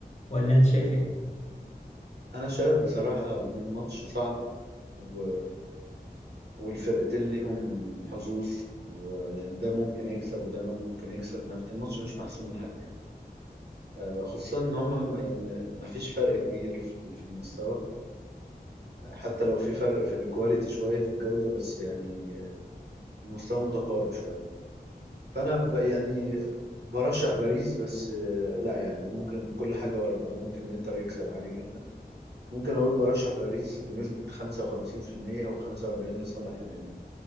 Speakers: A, on the left (about 45°); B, on the right (about 85°).
A: ولا انت شايف ايه
B: أنا شايف بصراحة إن الماتش صعب و... والفرقتين ليهم حظوظ ويعني ده ممكن يكسب وده ممكن يكسب ما في- الماتش مش محسوم لحد يعني آه، خصوصا ان هم ما- يعني ما فيش فرق كبير في ال- في المستوى آه، حتى لو في فرق في الكواليتي شويه في الجوده بس يعني المستوى متقارب شويه فانا ب يعني برشح باريس بس آه، لا يعني ممكن كل حاجه وارده ممكن الانتر يكسب عادي جدا ممكن اقول برشح باريس بنسبه 55% و45 لصالح الانتر